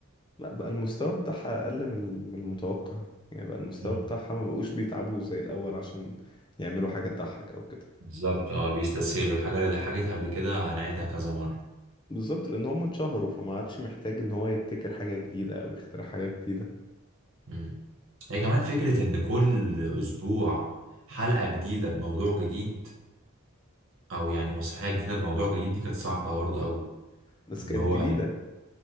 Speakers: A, on the left (about 20°); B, on the right (about 65°).
A: لا بقى المستوى بتاعها أقل من من المتوقع يعني بقى المستوى
B: مم.
A: بتاعها ما بقوش بيتعبوا زي الأول عشان يعملوا حاجة تضحك أو كده
B: بالظبط اه بيستسهلوا الحاجة اللي ضحكت قبل كده هنعيدها كذا مرة
A: بالظبط لأن هم اتشهروا فما عادش محتاج إن هو يبتكر حاجة جديدة أو يخترع حاجة جديدة
B: مم. هي كمان فكرة إن كل أسبوع حلقة جديدة بموضوع جديد أو يعني مسرحية جديدة بموضوع جديد دي كانت صعبة برضه أوي
A: بس
B: إن
A: كانت
B: هو
A: جديدة